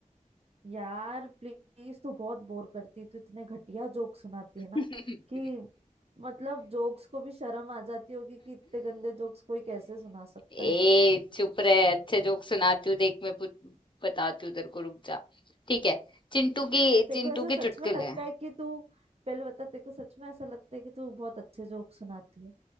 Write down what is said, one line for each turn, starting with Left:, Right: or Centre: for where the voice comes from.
Right: यार प्लीज तू बहुत बोर करती तू इतने घटिया जोक सुनाती
Left: <laughs>
Right: है ना कि मतलब जोक्स को भी शर्म आ जाती होगी कि इतने गंदे जोक्स कोई कैसे सुना सकता
Left: ए
Right: है
Left: चुप रहे अच्छे जोक सुनाती हूँ देख मैं पूछ- बताती हूँ तेरे को रुक जा ठीक है चिंटू की
Right: तेरे
Left: चिंटू
Right: को ऐसा सच
Left: के चुटकुले
Right: में लगता है कि तू पहले बता तेरे को सच में ऐसा लगता है कि तू बहुत अच्छे जोक सुनाती है